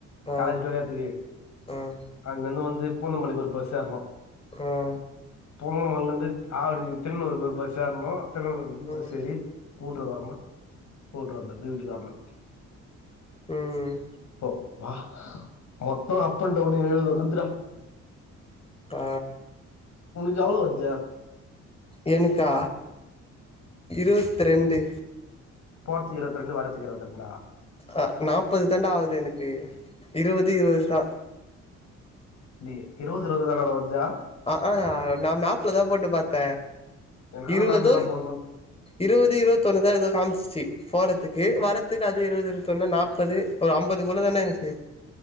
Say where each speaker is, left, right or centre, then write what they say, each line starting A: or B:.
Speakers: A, on the left (about 20°); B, on the left (about 65°).
A: ஆ
B: காலேஜுட்டு வெளிய வரதுக்கு
A: ஆ
B: அங்கிருந்து வந் து பூந்தமல்லிக்கு ஒரு பஸ் ஏறனு
A: ஆ
B: பூந்தமல்லில இருந்து ஆவடி திருநூறுக்கொரு பஸ் ஏறனு திருணன்னூறுலர்ந்து பஸ்
A: ம்
B: ஏறி கூட்ரோடு வரணு கூட்ரோட்லந்து வீட்டுக்கு வரணு
A: ம்
B: அப்பா மொத்த அப் அண்ட் டவுன் எழுபது வந்துரா
A: ஆ
B: உனக்கு எவ்ள வருது
A: எனுக்கா இருவத்ரெண்டு
B: போறதுக்கு இருபத்தி ரெண்டு வரதுக்கு இருபத்தி ரெண்டா
A: அ நாப்பது தாண்டா ஆவுது எனுக்கு இருவது இருவது தா
B: டே இருவது இருவதுதானாடா வர்ஜா
A: அ ஆ நா மேப்லதா போட்டு பாத்த
B: என்னால்
A: இருவது
B: மேப்ல தான் போடணும்
A: இருவது இருவத்தொண்ணுதா எதோ காம்சிச்சு போறத்துக்கு வரதுக்கு அது இருபது இருபத்தொன்னு நாப்பது ஒரு அம்பதுக்குள்ள தான இருந்ச்சு